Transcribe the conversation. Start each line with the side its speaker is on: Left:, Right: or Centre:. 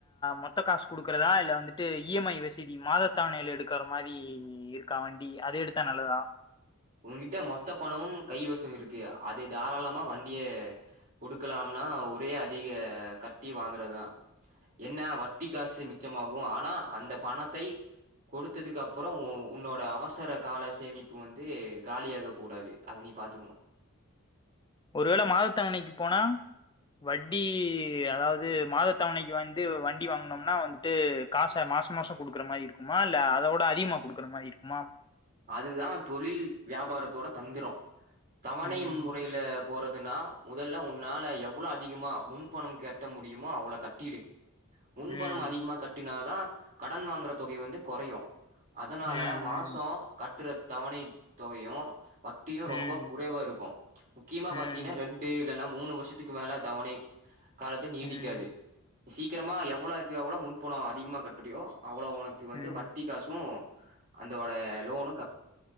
Left: மொத்த காசு குடுக்குறதா இல்ல வந்துட்டு இ எம் ஐ வசதி மாதத்தவணைல எடுக்குற மாரி இருக்கா வண்டி அது எடுத்தா நல்லதா
Right: உங்கிட்ட மொத்த பணமும் கைவச இருக்கு அது தாராளமா வண்டிய கொடுக்கலாம்னா ஒரே அதிக கட்டி வாங்குறதா என்ன வட்டி காசு மிச்சமாகு ஆனா அந்த பணத்தை கொடுத்ததுக்கப்புறோ உன்னோட அவசர கால சேமிப்பு வந் து காலியாக கூடாது அத நீ பாத்துக்கணு
Left: ஒருவேள மாதத்தவணைக்கு போனா வட்டி அதாவ்து மாதத்தவணைக்கு வந்து வண்டி வாங்குனொம்னா வந்துட்டு காச மாச மாச குடுக்குற மாரி இருக்குமா இல்ல அதோட அதிகமா குடுக்குற மாரி இருக்குமா
Right: அதுதா தொழில் வியாபாரத்தோட தந்திரொ தவணை
Left: ம்
Right: முறைல போறதுனா முதல்ல உன்னால எ வ்ளோ அதிகமா முன்பணம் கட்ட முடியுமோ அவ்ள கட்டிடு முன்பணம்
Left: ம்
Right: அதிகமா கட்டினாதா கடன் வாங்குற தொகை வந்து கொறையு அதனால
Left: ம்
Right: மாசொ கட்ற தவணை தொகையு வட்டியு
Left: ம் ம்
Right: ரொம்ப குறைவா இருக்கு முக்கியமா
Left: ம்
Right: பாத்தீனா ரெண்டு இல்லனா மூணு வருஷத்துக்கு மேல தவணை காலத்து நீட்டிக்காது
Left: ம்
Right: சீக்கிரமா எவ்வளொக்கு எவ்ளொ முன்பணொ அதிகமா கட்ரியோ அவ்வளோ ஒனக்கு வந்து
Left: ம்
Right: வட்டி காசு அந்தோட லோனு